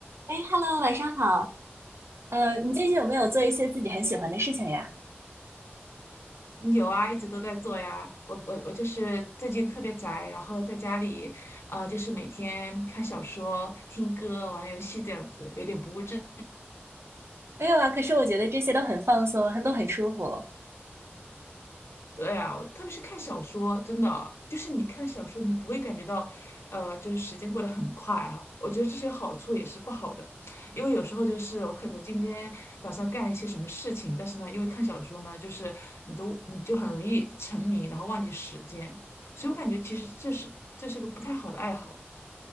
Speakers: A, on the right (about 75°); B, on the left (about 80°).
A: 哎，Hello，晚上好。呃，你最近有没有做一些自己很喜欢的事情呀？
B: 有啊，一直都在做呀。我我我就是最近特别宅，然后在家里，呃，就是每天看小说、听歌、玩游戏这样子，有点不务正。
A: 没有啊，可是我觉得这些都很放松，很都很舒服。
B: 对啊，我特别是看小说，真的就是你看小说，你不会感觉到，呃，就是时间过得很快啊。我觉得这是有好处，也是不好的，因为有时候就是我可能今天打算干一些什么事情，但是呢，因为看小说呢，就是你都你就很容易沉迷，然后忘记时间，所以我感觉其实这是这是个不太好的爱好。